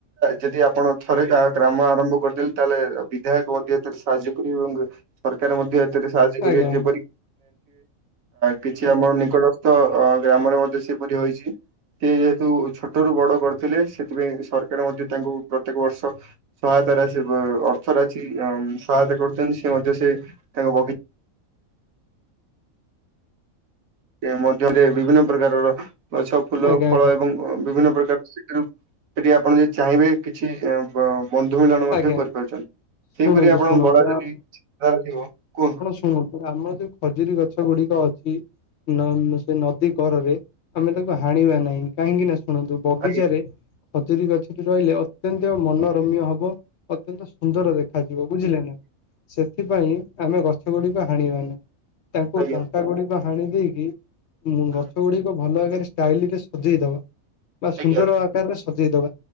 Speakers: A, on the right (about 75°); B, on the left (about 60°).
A: ଯଦି ଆପଣ ଥରେ କାହା ଗ୍ରାମ ଆରମ୍ଭ କରିଦେଲେ ତାହେଲେ ବିଧାୟକ ମଧ୍ୟ ଏଥିରେ ସାହାଯ୍ୟ କରିବେ ଏବଂ ସରକାର ମଧ୍ୟ ଏଥିରେ ସାହାଯ୍ୟ କରିବେ
B: ଆଜ୍ଞା ଆଜ୍ଞା
A: ଯେପରି କିଛି
B: ଆଜ୍ଞା
A: ଆମର ନିକଟ ତ ଗ୍ରାମରେ ମଧ୍ୟ ସେପରି ହୋଇଛି ସେ ଯେହେତୁ ଛୋଟରୁୁ ବଡ କରିଥିଲେ ସେଥିପାଇଁ ସରକାର ମଧ୍ୟ ତାଙ୍କୁ ପ୍ରତ୍ୟେକ ବର୍ଷ ସହାୟତା ରାଶି ଅର୍ଥରାଶି ସହାୟତା କରୁଛନ୍ତି ସେ ମଧ୍ୟ ସେ ତାଙ୍କ ବଗିଚ ମଧ୍ୟରେ ବିଭିନ୍ନ ପ୍ରକାରର ଗଛ ଫୁଲ
B: ଆଜ୍ଞା
A: ଫଳ
B: ଆଜ୍ଞା
A: ଏବଂ ବିଭିନ୍ନ ପ୍ରକାର ସେଠି ଆପଣ ଯଦି ଚାହିଁବେ କିଛି- ବନ୍ଧୁ ମିଳନ ମଧ୍ୟ
B: ଆଜ୍ଞା।
A: କରିପାରୁଛନ୍ତି ସେହିପରି
B: ଶୁଣନ୍ତୁ
A: ଆପଣଙ୍କ
B: ଶୁଣନ୍ତୁ
A: ବଳା ଯଦିଧାର ଥିବ କୁହନ୍ତୁ
B: ହଁ ଆମର ଯୋଉ ଖଜୁରୀ ଗଛ ଗୁଡିକ ଅଛି ସେ ନଦୀ କରରେ ଆମେ ତାକୁ ହାଣିବା ନାହିଁ କାହିଁକି ନା ଶୁଣନ୍ତୁ ବଗିଚାରେ
A: ଆଜ୍ଞା
B: ଖଜୁରୀ ଗଛରେ ରହିଲେ ଅତ୍ୟନ୍ତ ମନୋରମ୍ୟ ହବ। ଅତ୍ୟନ୍ତ ସୁନ୍ଦର ଦେଖାଯିବ ବୁଝିଲେ ନା ସେଥିପାଇଁ ଆମେ ଗଛ ଗଛ ଗୁଡିକ ହାଣିବାନି ତାଙ୍କୁ
A: ଆଜ୍ଞା
B: କଣ୍ଟା ଗୁଡିକ ହାଣି ଦେଇକି
A: ହୁଁ
B: ଗଛ ଗୁଡିକ ଭଲ ଭରେ ଷ୍ଟାଇଲରେ ସଜେଇଦବା। ବା ସୁନ୍ଦର
A: ଆଜ୍ଞା
B: ଆକାରରେ ସଜେଇଦବା